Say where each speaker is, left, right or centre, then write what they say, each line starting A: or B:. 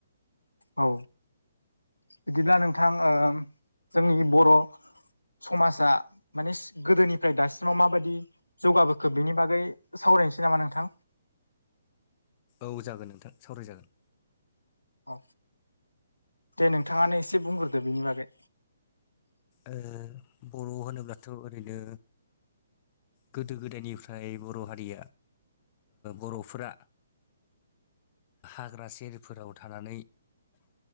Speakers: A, on the left; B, on the left.
A: औ बिदिब्ला नोंथां जोंनि बर' समाजा माने गोदोनिफ्राय दासिमाव माबायदि जौगाबोखोब बिनि बागै सावरायनोसै नामा नोंथां
B: औ जागोन नोंथां सावरायजागोन
A: औ दे नोंथाङानो एसे बुंग्रोदो बेनि बागै
B: ओ बर' होनोब्लाथ' ओरैनो गोदो गोदायनिफ्राय बर' हारिया बर'फोरा हाग्रा सेरफोराव थानानै